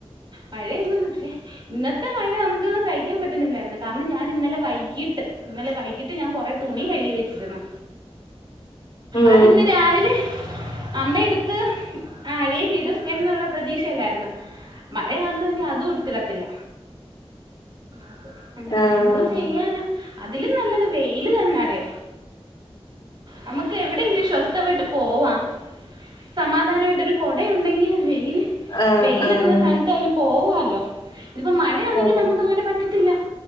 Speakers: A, on the right (about 45°); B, on the left (about 45°).
A: മഴയൊന്നാണ് പക്ഷെ ഇന്നത്തെ മഴ നമുക്ക്ന്ന് സഹിക്കാൻ പറ്റുന്നില്ലായിരുന്നു കാരണം ഞാൻ ഇന്നലെ വൈകിട്ട് ഇന്നലെ വൈകിട്ട് ഞാൻ കൊറെ തുണി കഴുകി വെച്ചിന്ന്
B: ഉം
A: അതിന്ന് രാവിലെ അമ്മ എടുത്ത് അരൽ ഇടും എന്നുള്ള പ്രതീക്ഷല്ലായിരുന്നു മഴ കാരണംനി അതും എടുത്തിടത്തില്ല അത അങ്ങനെ
B: ആഹ്
A: എന്തതു ചെയ്യാനോ അതിലും നല്ലത് വെയില് തന്നെടേ നമുക്ക് എവിടെയെങ്കിലും ശ്വസ്ഥതമായിട്ട് പോവാം സമാധാനമായിട്ടരു കൊട ഉണ്ടെങ്കിൽ വെൽ
B: ആഹ്
A: വെയില
B: ആഹ്
A: ഇന്ന് തനുത്തായാലും പോവല്ലോ ഇതിപ്പോ മഴയാണെങ്കി
B: ഓഹ്
A: നമുക്ക് അങ്ങനെ പറ്റത്തില്ല